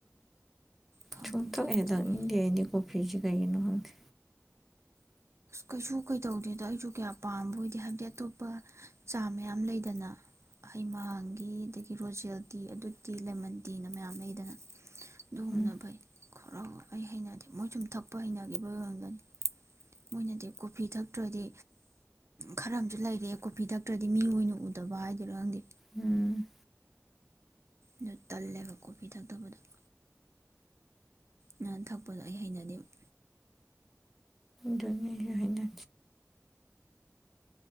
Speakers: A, on the right (about 60°); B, in the centre.
A: ꯐꯝꯈꯤꯕꯗꯒꯤ
B: ꯁꯨꯡ ꯊꯛ ꯍꯦꯛ ꯊꯛꯅꯤꯡꯗꯦ ꯑꯩꯗꯤ ꯀꯣꯐꯤꯁꯨꯦ ꯀꯩꯒꯤꯅꯣ ꯈꯪꯗꯦ
A: ꯀꯩꯁꯨ ꯀꯩꯇꯧꯗꯦꯗꯣ ꯑꯩꯁꯨ ꯀꯌꯥ ꯄꯥꯝꯕ ꯑꯣꯏꯗꯦ ꯍꯥꯏꯕꯗꯤ ꯑꯗꯨꯝ ꯂꯄ ꯆꯥ ꯃꯌꯥꯝ ꯂꯩꯗꯅ ꯍꯩꯃꯥꯡꯒꯤꯗꯒꯤ ꯍꯤꯔꯣꯖꯦꯜ ꯇꯤ ꯑꯗꯨꯗꯤ ꯂꯦꯃꯟ ꯇꯤꯅ ꯃꯌꯥꯝ ꯂꯩꯗꯅ ꯑꯗꯨꯒꯨꯝꯅ
B: ꯎꯝ
A: ꯐꯩ ꯈꯔ ꯑꯩ ꯍꯩꯅꯗꯦ ꯃꯣꯏ ꯁꯨꯝ ꯊꯛꯄ ꯍꯩꯅꯈꯤꯕ ꯑꯣꯏꯔꯝꯒꯅꯤ ꯃꯣꯏꯅꯗꯤ ꯀꯣꯐꯤ ꯊꯛꯇ꯭ꯔꯗꯤ ꯈꯔ ꯑꯃꯁꯨ ꯂꯩꯔꯦ ꯀꯣꯐꯤ ꯊꯛꯇ꯭ꯔꯗꯤ ꯃꯤ ꯑꯣꯏꯅ ꯎꯗꯕ ꯍꯥꯏꯗꯣꯏꯔꯥ ꯈꯪꯗꯦ
B: ꯎꯝ
A: ꯑꯗꯨ ꯇꯜꯂꯦꯕ ꯀꯣꯐꯤ ꯊꯛꯊꯕꯗꯣ ꯉꯍꯥꯟ ꯊꯛꯄꯗꯣ ꯑꯩ ꯍꯩꯅꯗꯦꯕ
B: ꯗꯅꯤ ꯌ ꯑꯣꯏꯅ